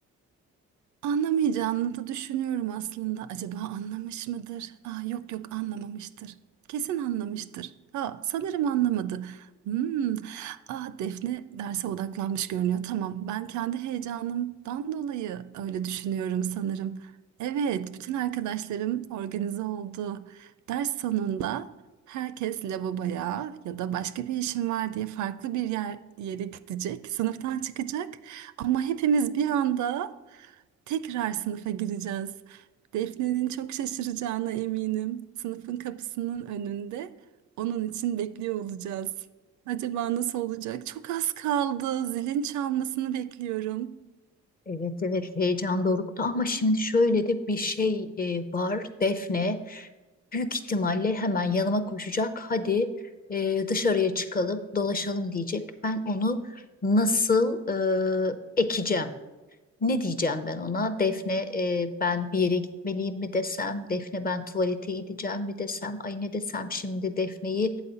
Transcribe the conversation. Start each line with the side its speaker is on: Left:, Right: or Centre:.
Right: Anlamayacağını da düşünüyorum aslında. Acaba anlamış mıdır? Aa, yok yok anlamamıştır. Kesin anlamıştır. Ha, sanırım anlamadı. Hmm. Ah Defne derse odaklanmış görünüyor. Tamam, ben kendi heyecanımdan dolayı öyle düşünüyorum sanırım. Evet, bütün arkadaşlarım organize oldu. Ders sonunda herkes lavaboya ya da başka bir işim var diye farklı bir yer, yere gidecek, sınıftan çıkacak. Ama hepimiz bir anda Tekrar sınıfa gireceğiz. Defne'nin çok şaşıracağına eminim. Sınıfın kapısının önünde onun için bekliyor olacağız. Acaba nasıl olacak? Çok az kaldı. Zilin çalmasını bekliyorum.
Left: Evet evet heyecan doruktu ama şimdi şöyle de bir şey e, var Defne. büyük ihtimalle hemen yanıma koşacak. Hadi e, dışarıya çıkalım, dolaşalım diyecek. Ben onu nasıl e, ekeceğim? Ne diyeceğim ben ona? Defne e, ben bir yere gitmeliyim mi desem? Defne ben tuvalete gideceğim mi desem? Ay ne desem şimdi Defne'yi